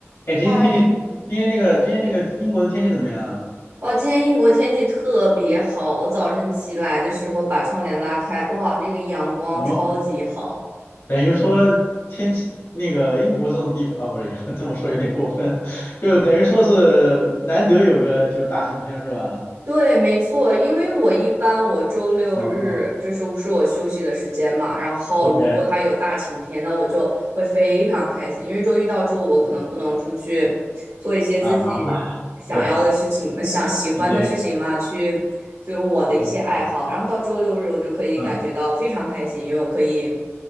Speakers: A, on the left; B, on the right.
A: 哎，今天天气，
B: 嗨，
A: 今天那个，今天那个英国的天气怎么样啊
B: 哇！今天英国天气特别好，我早晨起来的时候把窗帘拉开，哇，那个阳光超级好。
A: 哦，等于说天气，那个英国这种地方啊，不是，<laughs> 这么说有点过分，<laughs> 就等于说是难得有个就大晴天是吧？
B: 对，没错，因为我一般我周六日就是是我休息的时间嘛，
A: 嗯嗯
B: 然后如果它有大晴天，
A: ，OK，
B: 那我就会非常开心，因为周一到周五我可能不能出去做一些自己想要的事情嘛，
A: 嗯啊，忙吧，对，
B: 想喜欢的事情嘛，
A: 理解理解，
B: 去就我的一些爱好，
A: 嗯嗯，
B: 然后到周六日我就可以感觉到非常开心，
A: 嗯
B: 因为我可以。